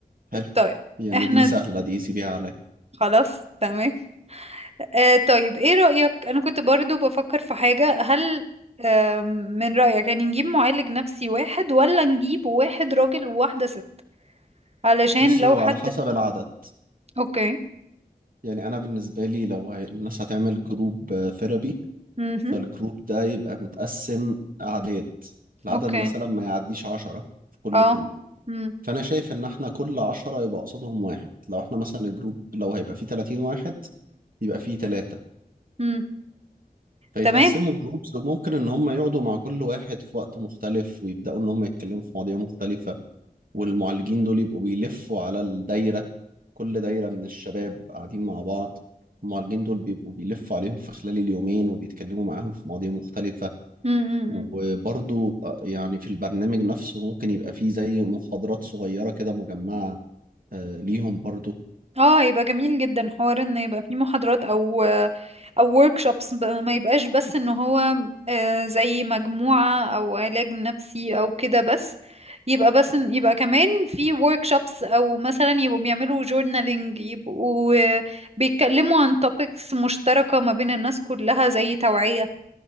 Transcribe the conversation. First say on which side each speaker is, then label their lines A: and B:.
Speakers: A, on the right; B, on the right.
A: حلو
B: طيب
A: يعني
B: احنا
A: دي سهلة دي سيبيها عليا
B: خلاص تمام آه طيب ايه رأيك انا كنت برضو بفكر في حاجة هل آه من رأيك يعني نجيب معالج نفسي واحد ولا نجيب واحد راجل وواحدة ست علشان
A: بص
B: لو
A: هو
B: حد
A: على حسب العدد
B: اوكي
A: يعني أنا بالنسبة لي لو هي... الناس هتعمل جروب ثيرابي
B: امم
A: فالجروب ده يبقى متقسم أعداد العدد
B: اوكي
A: مثلا ما يعديش عشرة في كل
B: اه
A: جروب
B: امم
A: فأنا شايف إن إحنا كل عشرة يبقى قصادهم واحد لو إحنا مثلا الجروب لو هيبقى فيه تلاتين واحد يبقى فيه تلاتة
B: امم
A: فيتقسموا
B: تمام
A: جروبز وممكن إن هم يقعدوا مع كل واحد في وقت مختلف ويبدأوا إن هم يتكلموا في مواضيع مختلفة والمعالجين دول يبقوا بيلفوا على الدايرة كل دايرة من الشباب قاعدين مع بعض المعالجين دول بيبقوا بيلفوا عليهم في خلال اليومين وبيتكلموا معاهم في مواضيع مختلفة
B: امم
A: وبرضو آه، يعني في البرنامج نفسه ممكن يبقى فيه زي محاضرات صغيرة كده مجمعة آه، ليهم برضو
B: اه هيبقى جميل جدا حوار ان يبقى فيه محاضرات او او workshops ب- ما يبقاش بس ان هو آه، زي مجموعة او علاج نفسي او كده بس يبقى بس إن- يبقى كمان في workshops او مثلا يبقوا بيعملوا journaling يبقوا آه، بيتكلموا عن topics مشتركة ما بين الناس كلها زي توعية